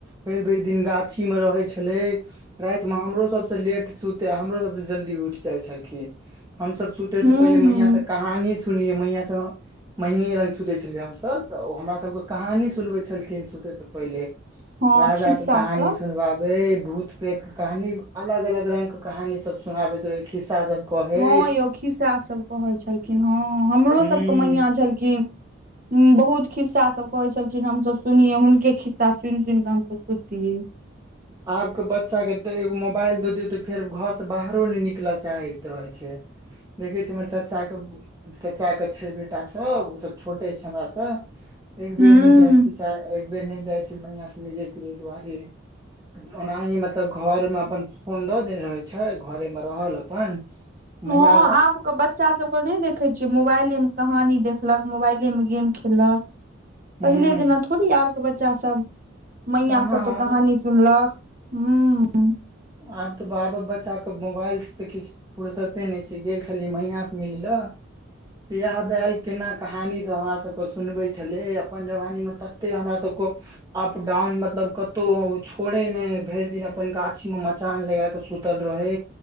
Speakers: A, on the right; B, on the right.
A: भेर भेर दिन गाछी मे रहै छलै रात मे हमरो सबसँ लेट सुते हमरो सबसँ जल्दी उठ जाइ छलखिन हमस सुतै
B: हूँ
A: से पहिले
B: हूँ
A: मैया से कहानी सुनिये मैया स मइये लग सुते छलियै हमसभ तऽ ओ हमरा सबके कहानी सुनबै छलखिन सुते से पहिले
B: हँ
A: राजा
B: खिस्सा
A: के कहानी
B: सब
A: सुनबाबे भूत प्रेतके कहानी अलग अलग रंग के कहानी सब सुनाबैत रहै खिस्सा सब कहै
B: हँ यौ खिस्सा सब कहै छलखिन हँ हमरो
A: हूँ
B: सबके मैया छलखिन बहुत खिस्सा सब कहे छलखिन हमस सुनिये हुनके खिस्सा सुइन सुइनकऽ हमस सुतिये
A: आब के बच्चा के एगो मोबाइल दऽ दियौ तऽ फेर घर त बाहरो नय निकलऽ चाहैत रहै छै देखै छी हमर चाचाे क चचा कऽ छै बेटा सब ओसभ छोटे छै हमरा स एक
B: हूँ
A: बेर नय जाय छी च एक बेर नय जाय छी मैया से ले जये दुआरे ओनाही मतलब घर मे अपन फोन दऽ देने रहै छै घरे मे रहल अपन
B: हँ
A: मैया
B: आब बच्च बच्चा सभके नय देखै छियै मोबाइलेमे कहानी देखलक मोबाइले मे गेम खेललक
A: हूँ
B: पहिले जेना थोड़ी आब के बच्चा सब मैया
A: कहाँ
B: सब तऽ
A: आब
B: कहानी सुन लक हू
A: आब तऽ आबक बच्चाके मोबाइल से तऽ किछ फुुरसते नय छै गेल छलियै मईया से मिले लए प्याह दालि केना कहानी सभ हमरासभके सुनबै छलै अपन जमानीमे तते हमरासभके अप डाउन मतलब कतहु ओ छोड़े नय भरि दिन अपन गा गाछी मे मचान लगा कऽ सुतल रहे